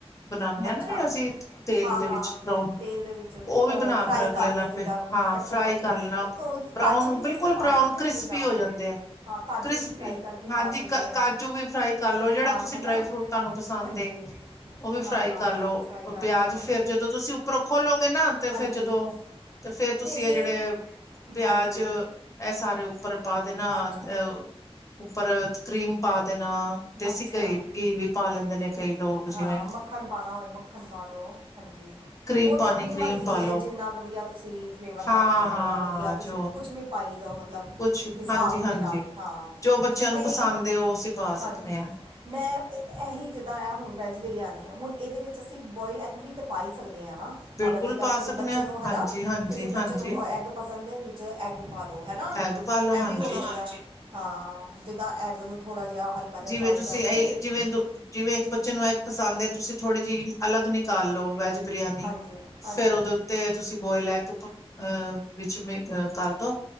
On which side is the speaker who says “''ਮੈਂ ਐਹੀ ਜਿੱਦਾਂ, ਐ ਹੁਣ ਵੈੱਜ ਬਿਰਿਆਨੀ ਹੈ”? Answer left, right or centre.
Right